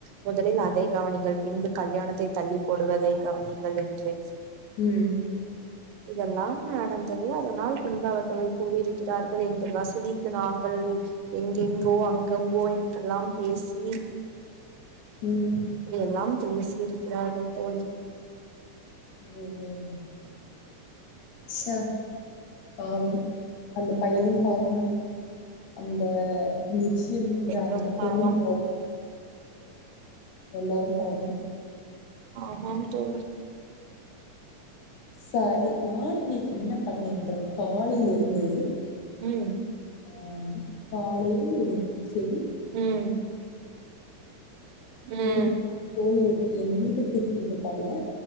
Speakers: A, on the right (about 85°); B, on the left (about 70°).
A: முதலில் அதை கவனிங்கள் பின்பு கல்யாணத்தை தள்ளி போடுவதை கவனிங்கள் என்றேன்
B: உம்
A: இதெல்லாம் நடந்தது அதனால் பின்பு அவர்கள் கூறியிருக்கிறார்கள் எங்கள் வசதிக்கு நாங்கள் எங்கெங்கோ அங்கங்கோ என்றெல்லாம் பேசி
B: உம்
A: இப்டி எல்லாம் பேசி இருக்கிறார்கள் தோழி
B: உம் உம் ச்சே பாவம் அந்த பையனும் பாவம் அந்த நிச்சயம் இந்த
A: பெண்ணும்
B: அந்த பொண்ணும்
A: பாவம்
B: பா எல்லாரும் பாவம்
A: ஆமாம் தோழி
B: சரி நா இன்னிக்கு என்ன பண்ணேன் என்றால் காலையிலிருந்து
A: உம்
B: ஆ காலையில் நிகழ்ச்சி
A: உம் உம்
B: என் தோழி என் வீட்டு <unintelligible> இருப்பால